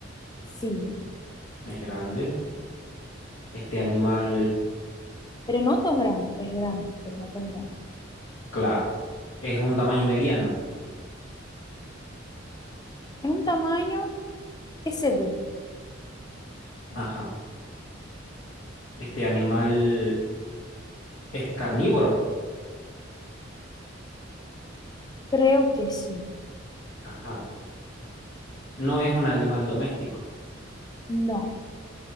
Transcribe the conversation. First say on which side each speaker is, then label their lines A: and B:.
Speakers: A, on the left; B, on the left.
A: sí,
B: Es grande. Este animal,
A: pero no tan grande. Es grande, pero no tan grande.
B: claro, es un tamaño mediano.
A: ¿Es un tamaño que se ve?
B: Ajá. Este animal es carnívoro.
A: Creo que sí.
B: Ajá. No es un animal doméstico.
A: No,